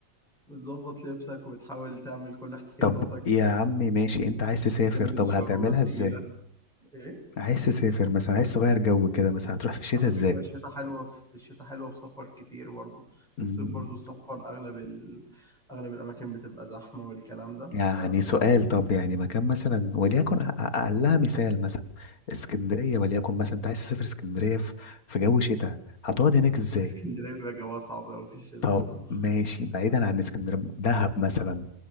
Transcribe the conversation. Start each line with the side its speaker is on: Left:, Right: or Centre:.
Centre: بتظبط لبسك وبتحاول تعمل كل احتياطاتك
Left: طب يا عمي ماشي انت عايز تسافر
Centre: تلبس
Left: طب
Centre: شراب
Left: هتعملها ازاي
Centre: تقيلة ايه
Left: عايز تسافر مثلا عايز تغير جو كده مثلا هتروح في الشتاء
Centre: على
Left: ازاي
Centre: فكرة الشتاء حلوة في الشتاء حلوة في سفر كتير برضو
Left: مم،
Centre: الصيف برضو السفر أغلب ال... أغلب الأماكن بتبقى زحمة والكلام ده
Left: يعني
Centre: فلو
Left: سؤال طب يعني مكان مثلا وليكن أ- أ- اقلها مثال مثلا اسكندريه وليكن مثلا انت عايز تسافر اسكندريه في في جو شتاء هتقعد هناك ازاي
Centre: الإسكندرية <laughs> بيبقى جواها صعب أوي في الشتاء
Left: طب
Centre: بصراحة
Left: ماشي
Centre: عندك
Left: بعيدا
Centre: حق.
Left: عن اسكندريه دهب مثلا